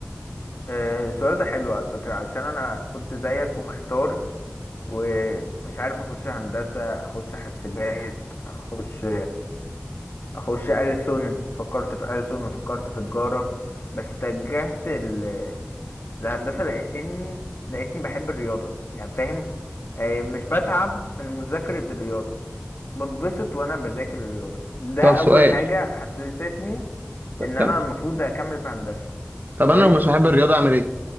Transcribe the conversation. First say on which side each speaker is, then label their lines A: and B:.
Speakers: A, on the left; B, on the right.
A: آه، السؤال ده حلو على فكرة علشان أنا كنت زيك ومحتار ومش عارف اخش هندسه اخش حاسبات اخش اخش ألسن فكرت في ألسن وفكرت في تجاره بس اتجهت ال- للهندسه لاني لقيتني بحب الرياضه يعني فاهم آه، مش بتعب من مذاكره الرياضه بتبسط وانا بذاكر الرياضه ده
B: طب
A: اول
B: سؤال
A: حاجه حسستني
B: طب
A: ان
B: كمل
A: انا المفروض اكمل في هندسه
B: طب
A: كويس
B: انا لو مش بحب الرياضة اعمل ايه